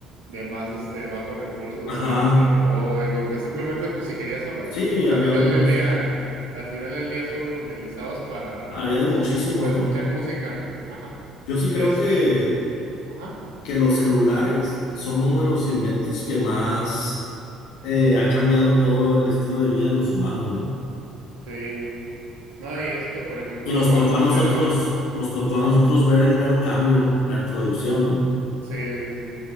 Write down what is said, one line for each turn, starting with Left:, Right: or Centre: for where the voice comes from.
Right: de más este bajos recursos, o
Left: Ajá.
Right: sea, de que, o de que que simplemente pues si querías ahorrar,
Left: Sí,
Right: porque pues
Left: había
Right: al final
Left: otros.
Right: del día, al final del día solo lo utilizabas para,
Left: Había de muchísimos,
Right: pues, pues para
Left: ¿no?
Right: escuchar música, ¿no? Ajá.
Left: Yo sí creo
Right: Este,
Left: que,
Right: ajá.
Left: que los celulares son uno de los inventos que más eh, ha cambiado todo el estilo de vida de los humanos, ¿no?
Right: Sí. No, y es que por ejemplo,
Left: Y nos tocó
Right: antes
Left: a nosotros,
Right: era,
Left: nos tocó
Right: ajá.
Left: a nosotros ver el mero cambio, ¿no? La introducción, ¿no?
Right: Sí, sí, sí.